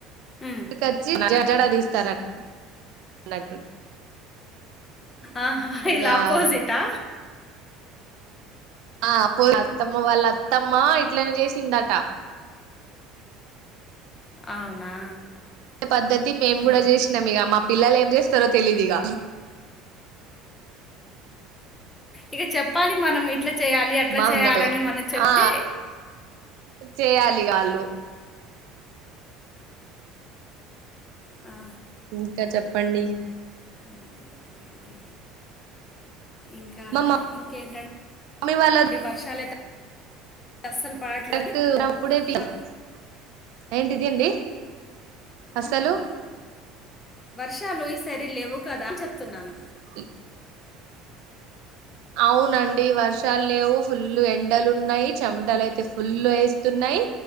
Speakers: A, on the left; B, on the right.
A: ఉమ్.
B: ఈడు కొచ్చి <inaudible> జడా తీస్తార అన్నట్టు
A: ఆహా! ఈల్
B: ఇగ
A: అపోజీటా
B: ఆ అత్తమ్మ వాళ్ళ అత్తమ్మ ఇట్లనే చేసిందట
A: అవునా
B: పద్ద్తి మేం
A: ఆ.
B: కూడా చేసినాం ఇక మా పిల్లలు ఏం చేస్తారో తెలిదు ఇగ
A: ఇగా చెప్పాలి మనం ఇప్ ట్లా చేయాల అట్లా
B: మా
A: చేయని
B: ఉన్నట్టు
A: మనం చెప్పితే
B: ఆ చేయాలి ఇగ ఆళ్ళు
A: ఆ
B: ఇంకా చెప్పండి.
A: ఓకే ఓకే అండి ఇంకా
B: మా
A: ఇంకేంటంటే
B: మమ్మీ వాళ్ళ
A: వర్షాలైతే అస్సలు పడట్లేదండి
B: కరెక్ట్ అప్పుడే
A: ఆ,
B: <inaudible> ఏంటిది అండి అసలు
A: ఆహా వర్షాలు ఈ సారి లేవ్వు కదా అని చెప్తున్నాను.
B: ఉ అవునండి వర్షాలు లేవు ఫుల్ ఎండలు ఉన్నాయి చెమటలు అయితే ఫుల్ వేస్తున్నా యి